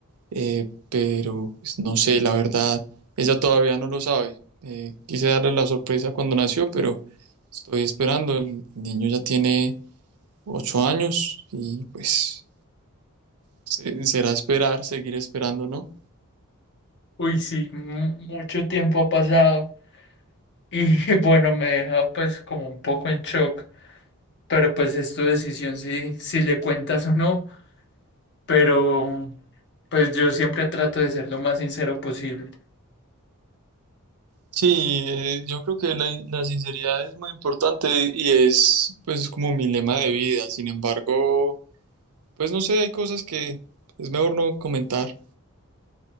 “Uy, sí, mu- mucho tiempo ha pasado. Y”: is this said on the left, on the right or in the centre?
Left